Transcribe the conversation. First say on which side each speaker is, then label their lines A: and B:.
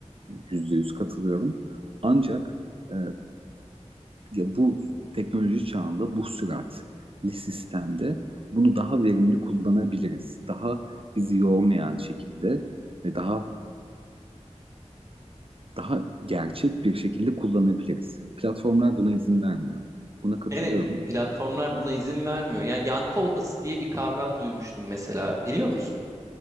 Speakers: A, on the right; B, on the right.
A: yüzde yüz katılıyorum. Ancak e, ya bu teknoloji çağında bu süratli sistemde bunu daha verimli kullanabiliriz. Daha bizi yormayan şekilde ve daha daha gerçek bir şekilde kullanabiliriz. Platformlar buna izin vermiyor. Buna katılıyorum.
B: Evet, platformlar buna izin vermiyor. Yani yankı odası diye bir kavram duymuştum mesela, biliyor musun?